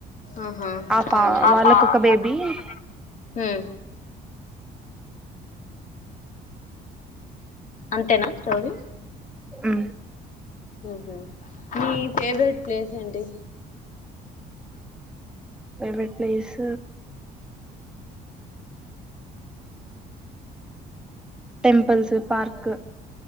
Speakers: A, on the left (about 50°); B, in the centre.
A: ఆహా
B: ఆపా
A: అవునులేండి
B: వాళ్ళకు ఒక బేబీ <inaudible>
A: హ్మ్ అంతేనా స్టోరి
B: ఆ
A: హ మీ ఫేవరెట్ ప్లేస్ ఏంటి
B: ఫేవరెట్ ప్లేస్ టెంపుల్స్ పార్క్